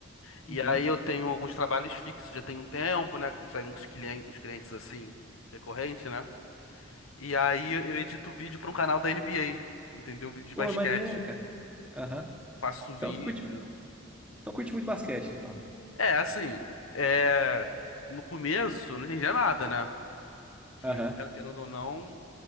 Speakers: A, on the left; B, in the centre.
A: E
B: Uhum.
A: aí eu tenho alguns trabalhos fixos, já tem um tempo, né? Consegue uns clientes, uns clientes assim, recorrente, né? E aí eu eu edito vídeo para um canal da NBA, entendeu? Vídeo de
B: Pô,
A: basquete.
B: maneiro, cara. Aham.
A: Faço
B: Então
A: vídeo.
B: tu curte, então curte muito basquete, então.
A: É, assim, é... no começo eu não entendia nada, né? Que
B: Aham,
A: quer- querendo ou não,